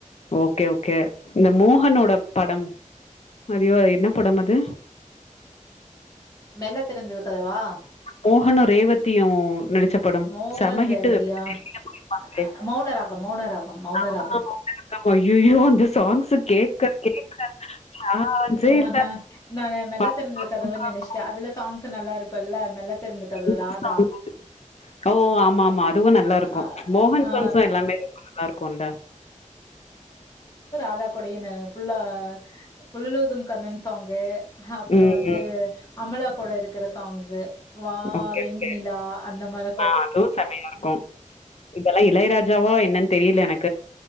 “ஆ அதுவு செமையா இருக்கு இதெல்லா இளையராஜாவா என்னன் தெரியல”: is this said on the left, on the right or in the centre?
Left